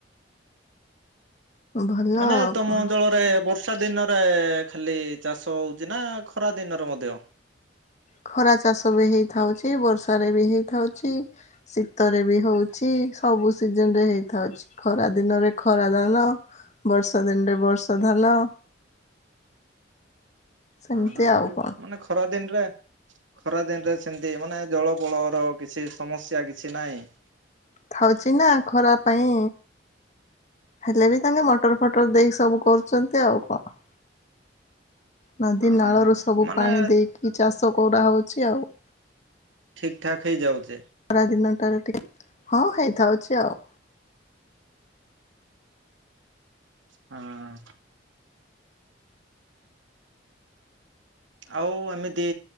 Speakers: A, on the left; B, on the right.
A: ଭଲ
B: ମାନେ
A: ଆଉ
B: ତମ
A: କଣ।
B: ଜଳରେ ବର୍ଷ ବର୍ଷା ଦିନରେ ଖାଲି ଚାଷ ହଉଛି ନା ଖରା ଦିନରେ ମଧ୍ୟ
A: ଖରା ଚାଷ ବି ହେଇଥାଉଛି ବର୍ଷାରେ ବି ହେଇଥାଉଛି ଶୀତରେ ବି ହଉଛି ସବୁ ସବୁ ସିଜନ ରେ ହେଇଥାଉଛି ଖରା ଦିନରେ ଖରା ଧାନ ବର୍ଷା ଦିନରେ ବର୍ଷା ଧାନ ସେମିତି
B: ହ ହ
A: ଆଉ କଣ।
B: ମାନେ ଖରା ଦିନରେ ଖରା ଦିନରେ ସେମିତି ମାନେ ଜଳ ବଳର କିଛି ସମସ୍ୟା କିଛି ନହିଁ
A: ଥାଉଚ ନା ଖରା ପାଇଁ ହେଲେ ବି ତାଙ୍କେ ମଟର ଫଟର ଦେଇକି ସବୁ କରୁଛନ୍ତି ଆଉ କଣ ନଦୀ
B: ହଁ
A: ନାଳରୁ
B: ହଁ।
A: ସବୁ
B: ମାନେ
A: ପାଣି ଦେଇକି ଚାଷ କରାହଉଛି ଆଉ
B: ଠିକ ଠାକ୍ ହେଇଯାଉଛେ
A: ଖରା ଦିନଟାରେ ଟିକେ ହଁ ହେଇଥାଉଛି ଆଉ
B: ହଁ। ଆଉ ଏମିତି